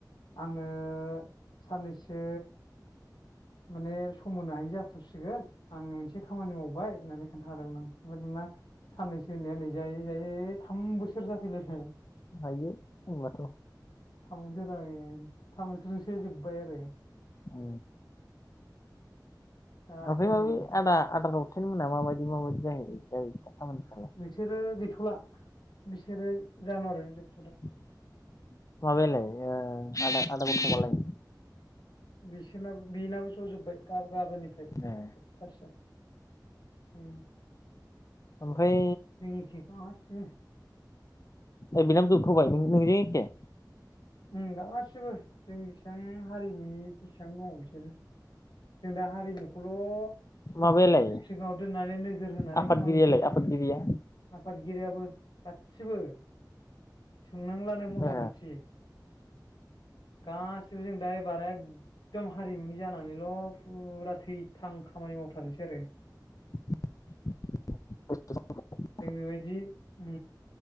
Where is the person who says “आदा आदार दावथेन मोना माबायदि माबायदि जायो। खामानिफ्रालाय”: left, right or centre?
Left